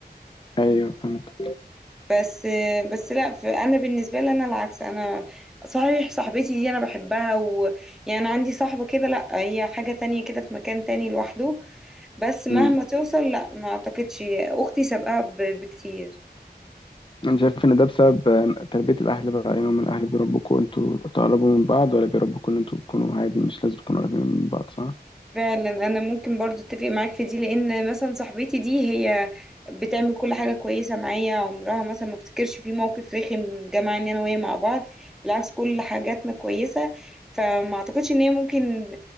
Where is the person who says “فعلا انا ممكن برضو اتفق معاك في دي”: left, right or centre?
Centre